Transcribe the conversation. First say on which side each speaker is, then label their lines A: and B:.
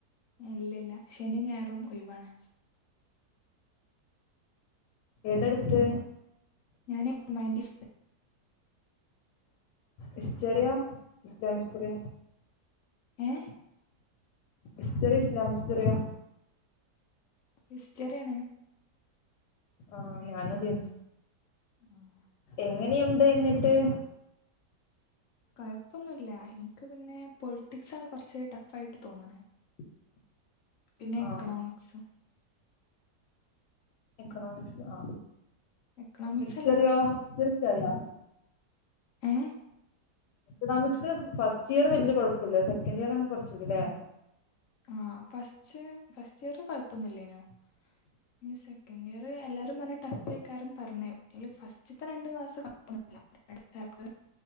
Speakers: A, on the left; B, on the left.
A: ഇല്ലല്ല ശനി ഞായറും ഒഴിവാാണ്
B: എതെടുത്ത്
A: ഞാനൻ റൊമാൻറിസ്
B: എസ്റിയോ ഇര വിസ്തര
A: ഏ
B: ഇസ്ര എസ്ത്രറിയോ
A: എസ്ചറിയണേ
B: ആഹ ഞാനതന്ന
A: ആഹ
B: എങ്ങനെയുണ്ട് എന്നിട്ട്
A: കൊഴപ്പൊന്നുമില്ല എനിക്ക് പിന്നെ പൊളിറ്റിക്സ ആണ് കുറച്ച് ടഫ ആയിട്ട് തോന്നണ
B: <inaudible>
A: പിന്നെ
B: ആ
A: എക്കണോമിക്സ്
B: എക്കണോമിക്സ് ആ
A: എക്കണോമിക്സ്
B: ഇ്ചറിയോ
A: അല്ല
B: തീർച്ചയായാ
A: ഏ
B: എക്കണോമിക്സ് ഫസ്റ്റ് ഇയർ വല്ിയ കുഴപ്പില്ല സെക്കൻഡ് ഇയർ ആണ് കുറച്ചത്ല്ലേ
A: ആ ഫസ്റ്റ് ഫസ്റ്റ് ഇയർ കൊഴപ്പൊന്നില്ലേനോ
B: <inaudible>
A: ഈ സെക്കൻഡ് ഇയർ എല്ലാരും പറഞ്ഞ ടഫേക്കാരും പറഞ്ഞ അ ഫസ്റ്റത്തെ രണ്ടണ്ട് ക്ലാസ് ്പ്പ്